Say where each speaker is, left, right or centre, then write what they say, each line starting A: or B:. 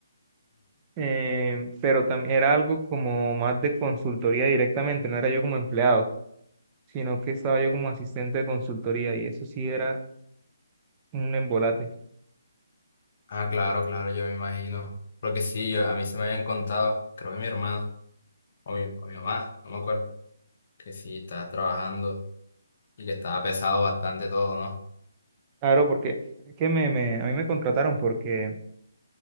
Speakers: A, on the right; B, on the left.
A: eh, pero también era algo como más de consultoría directamente, no era yo como empleado. sino que estaba yo como asistente de consultoría y eso sí era un embolate.
B: Ah, claro, claro, yo me imagino. Porque sí, yo, a mí se me habían contado, creo que mi hermana o mi, o mi mamá, no me acuerdo, que sí, estaba trabajando y que estaba pesado bastante todo, ¿no?
A: Claro, porque es que me, me- a mí me contrataron porque,